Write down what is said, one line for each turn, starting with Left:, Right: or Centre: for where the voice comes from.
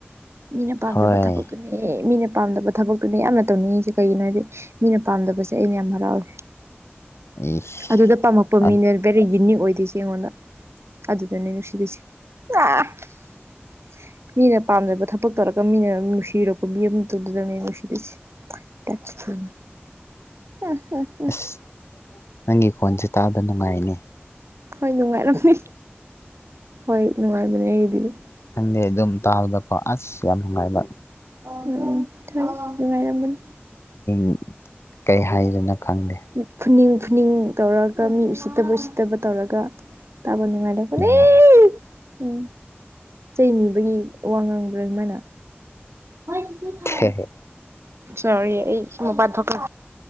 Right: ꯃꯤꯅ ꯄꯥꯝꯗꯕ
Left: ꯍꯣꯏ
Right: ꯊꯕꯛ ꯗꯨꯅꯦ ꯃꯤꯅ ꯄꯥꯝꯗꯕ ꯊꯕꯛꯇꯨꯅꯦ ꯌꯥꯝꯅ ꯇꯧꯅꯤꯡꯉꯤꯁꯦ ꯀꯩꯒꯤꯅꯣ ꯍꯥꯏꯗꯤ ꯃꯤꯅ ꯄꯥꯝꯗꯕꯁꯦ ꯑꯩꯅ ꯌꯥꯝ ꯍꯔꯥꯎꯋꯦ
Left: <inaudible> ꯏꯁ
Right: ꯑꯗꯨꯗ ꯄꯥꯝꯃꯛꯄ ꯃꯤꯅꯦ ꯕꯦꯔꯤ ꯌꯨꯅꯤꯛ ꯑꯣꯏꯗꯣꯏꯁꯦ ꯑꯩꯉꯣꯟꯗ ꯑꯗꯨꯗꯅꯦ ꯅꯨꯡꯁꯤꯗꯣꯏꯁꯦ <unintelligible> ꯃꯤꯅ ꯄꯥꯝꯗꯕ ꯊꯕꯛ ꯇꯧꯔꯒ ꯃꯤꯅ ꯅꯨꯡꯁꯤꯔꯛꯄ ꯃꯤ ꯑꯃꯇꯗꯨꯗꯅꯦ ꯅꯨꯡꯁꯤꯗꯣꯏꯁꯤ <unintelligible>
Left: ꯑꯁ ꯅꯪꯒꯤ ꯈꯣꯟꯁꯤ ꯇꯥꯗ ꯅꯨꯡꯉꯥꯏꯅꯤ
Right: ꯍꯣꯏ ꯅꯨꯡꯉꯥꯏꯔꯝꯅꯤ ꯍꯣꯏ ꯅꯨꯡꯉꯥꯏꯕꯅꯦ ꯑꯩꯒꯤꯗꯤ
Left: ꯈꯪꯗꯦ ꯑꯗꯨꯝ ꯇꯥꯕꯗꯀꯣ ꯑꯁ ꯌꯥꯝ ꯅꯨꯡꯉꯥꯏꯕ
Right: ꯎꯝ ꯊꯣꯏ ꯅꯨꯡꯉꯥꯏꯔꯝꯒꯅꯤ
Left: <unintelligible> ꯀꯩ ꯍꯥꯏꯗꯣꯏꯅꯣ ꯈꯪꯗꯦ
Right: ꯃꯤ ꯐꯨꯅꯤꯡ ꯐꯨꯅꯤꯡ ꯇꯧꯔꯒ ꯃꯤ ꯎꯁꯤꯠꯇꯕ ꯎꯁꯤꯠꯇꯕ ꯇꯧꯔꯒ ꯇꯥꯕ ꯅꯨꯡꯉꯥꯏꯔꯣꯏ
Left: ꯎꯝ
Right: <unintelligible> ꯎꯝ ꯆꯩ ꯅꯤꯕꯒꯤ ꯋꯥ ꯉꯥꯡꯕ꯭ꯔꯥ ꯁꯨꯃꯥꯏꯅ <unintelligible>
Left: ꯍꯦꯍꯦ
Right: ꯁꯣꯔꯤ ꯑꯩ ꯃꯄꯥꯟ ꯊꯣꯛꯀꯦ